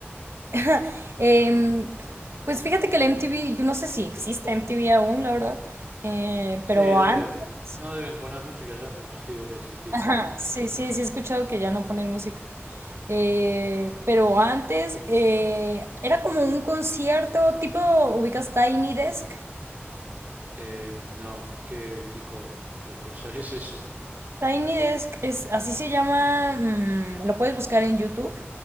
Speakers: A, on the right; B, on the right.
A: <laughs> Em, pues fíjate que la MTV, yo no sé si existe MTV aún, la verdad, eh,
B: Sí,
A: pero
B: debe,
A: antes,
B: no deben poner música ya, pero <laughs> sí debe existir.
A: ajá,
B: todavía.
A: sí, sí, sí he escuchado que ya no ponen música. Eh, pero antes eh, era como un concierto tipo, ubicas Tiny Desk.
B: Eh, no, ¿qué tipo de cosa es eso?
A: Tiny Desk es, así se llama, mm, lo puedes buscar en YouTube.